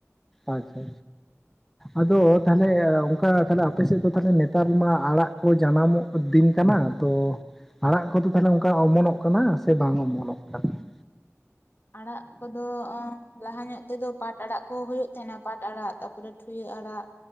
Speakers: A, in the centre; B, on the left.
A: ᱟᱪᱪᱷᱟ ᱟᱫᱚ ᱛᱟᱦᱚᱞᱮ ᱚᱱᱠᱟ ᱛᱟᱦᱞᱮ ᱟᱯᱮ ᱥᱮᱫ ᱫᱚ ᱛᱟᱦᱞᱮ ᱱᱮᱛᱟᱨ ᱢᱟ ᱟᱲᱟᱜ ᱠᱚ ᱡᱟᱱᱟᱢᱚᱜ ᱫᱤᱱ ᱠᱟᱱᱟ ᱛᱚ ᱟᱲᱟᱜ ᱠᱚᱫᱚ ᱛᱟᱦᱞᱮ ᱚᱱᱠᱟ ᱚᱢᱚᱱᱚᱜ ᱠᱟᱱᱟ ᱥᱮ ᱵᱟᱝ ᱚᱢᱚᱱᱚᱜ ᱠᱟᱱᱟ? <inaudible>
B: ᱟᱲᱟᱜ ᱠᱚᱫᱚ ᱟ ᱞᱟᱦᱟ ᱧᱚᱜ ᱛᱮᱫᱚ ᱯᱟᱴ ᱟᱲᱟᱜ ᱠᱚ ᱦᱩᱭᱩᱜ ᱛᱟᱦᱮᱱᱟ, ᱯᱟᱴ ᱟᱲᱟᱜ ᱛᱟᱯᱚᱨᱮ ᱴᱷᱩᱭᱟᱹᱜ ᱟᱲᱟᱜ᱾